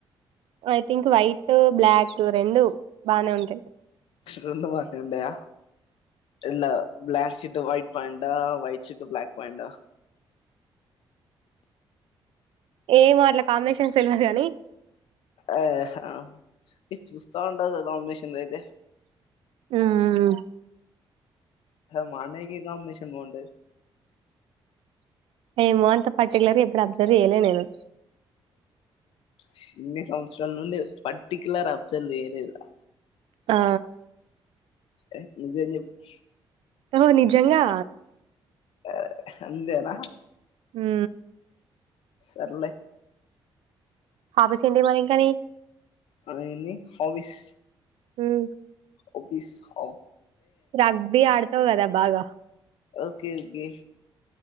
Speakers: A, on the right; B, on the left.
A: ఐ థింక్ వైట్ బ్లాక్ రెండు బానే ఉంటాయి
B: రెండు మంచిగా ఉంటయా ఇ black shirt white ప్యాంట white shirt black ప్యాంట
A: ఏమో అట్లా కాంబినేషన్స్ తెలివదు కాని
B: ఆహా ఇ చూస్తా ఉంటగా కాంబినేషన్ అయితే
A: ఉమ్
B: మా అన్నయ్య కే కాంబినేషన్ బాగుంటది
A: ఏమో అంత పర్టికులర్ గా ఎప్పుడు అబ్జర్వ్ చేయలే నేను
B: చిన్ని సంవత్సరాల నుండి పర్టికులర్ అబ్సర్వ్ చేయలేదా
A: ఆ
B: ఎ నిజం చెప్పు
A: ఓ నిజంగా
B: అ అంతేన
A: మ్
B: సర్లే
A: హాఫస్ండే మార్నింగ్ కానీ
B: అ ఎంది హాబీస్
A: మ్
B: హాబీస్ హా
A: రగ్బి ఆడతావ్ కదా బాగా
B: ఓకే ఓకే